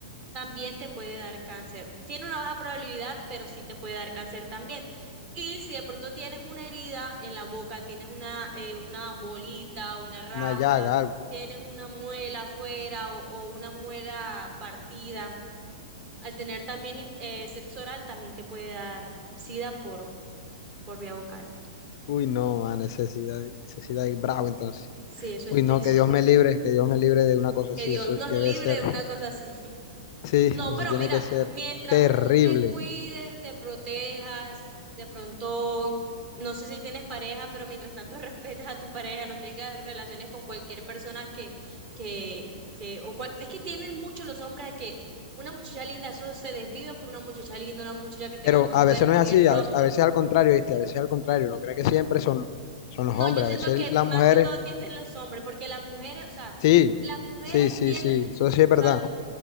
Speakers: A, on the right; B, on the left.
A: también te puede dar cáncer. Tiene una baja probabilidad, pero sí te puede dar cáncer también. Y si de pronto tienes una herida en la boca, tienes una, eh, una bolita, una raja,
B: Una llaga, algo.
A: tienes una muela afuera o, o una muela partida, al tener también eh, sexo oral también te puede dar sida por, por vía vocal.
B: Uy, no, a necesidad, necesidad es bravo entonces.
A: Sí, eso
B: Uy,
A: es teso,
B: no, que Dios
A: teso.
B: me libre, que Dios me libre de una cosa
A: Que
B: así.
A: Dios
B: Eso
A: nos
B: debe
A: libre
B: ser,
A: de una cosa así. <laughs>
B: sí,
A: No,
B: eso
A: pero
B: tiene
A: mira,
B: que ser
A: mientras
B: terrible.
A: tú te cuides, te protejas, de pronto, no sé si tienes pareja, pero mientras tanto <laughs> respetes a tu pareja, no tengas relaciones con cualquier persona que, que, que, o cual, es que tienen mucho los hombres a que una muchacha linda, eso se desviven por una muchacha linda, una muchacha que tenga
B: Pero
A: buen
B: a
A: cuerpo,
B: veces no es
A: bien
B: así,
A: rostro.
B: a veces, a veces al contrario, ¿viste? A veces al contrario, no cree que siempre son, son los
A: No,
B: hombres,
A: yo siento
B: a veces
A: que
B: las
A: más
B: mujeres
A: que todo tienden los hombres, porque las mujeres, o sea,
B: Sí,
A: las mujeres
B: sí, sí,
A: tienen,
B: sí, eso sí es verdad.
A: o sea,